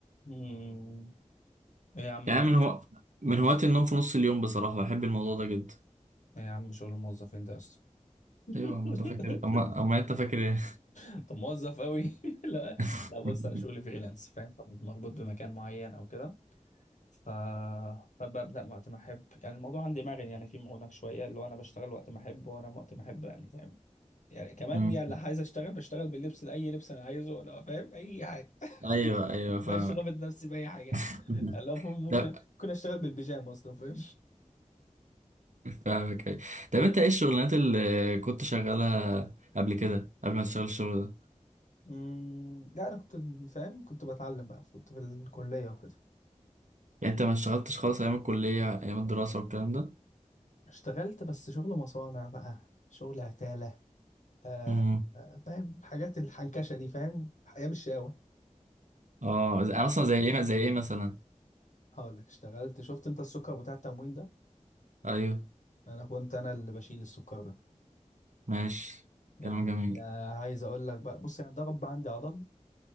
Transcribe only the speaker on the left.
مم. ايه يا عم
ال-
ايه يا عم شغل الموظفين ده اصلا
<laughs>
انت موظف قوي <laughs> لا
لا بص انا شغلي فريلانس فاهم فمش مربوط بمكان معين او كده ف... فببدأ وقت ما أحب يعني الموضوع عندي مرن يعني في هناك شوية اللي هو أنا بشتغل وقت ما أحب وأنام وقت ما أحب يعني فاهم يعني كمان
يعني اللي عايز أشتغل بشتغل باللبس أي لبس أنا عايزه لو فاهم أي حاجة
<laughs>
مش
غامض نفسي بأي حاجة
اللي هو فاهم ممكن
ممكن أشتغل بالبيجامة أصلا فاهم
أمم، لا أنا كنت فاهم كنت بتعلم بقى كنت في الكلية وكده
اشتغلت بس شغل مصانع بقى شغل عتالة آه
آه، فاهم الحاجات الحنكشة دي فاهم أيام الشقاوة
هقول لك اشتغلت شفت انت السكر بتاع التموين ده
انا كنت انا اللي بشيل السكر ده
يعني
ده عايز اقول لك بقى بص يعني ده رب عندي عضل